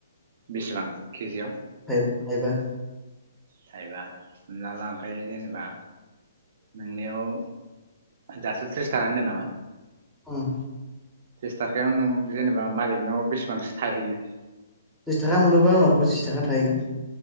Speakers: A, on the right; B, in the centre.
A: बेसेबां केजियाव?
B: थाइबा।
A: थाइबा हमना ला ओमफ्राय जेनेबा नोंनियाव दासो थ्रिस थाखा होनदों नामा?
B: उम
A: तस थाखायाव नों जेनेबा मालिकनाव बेसेबांसो थाहैगोन?
B: थ्यिस थाखा मोनोबा आंनाव फसिस थाखा थाहैगोन।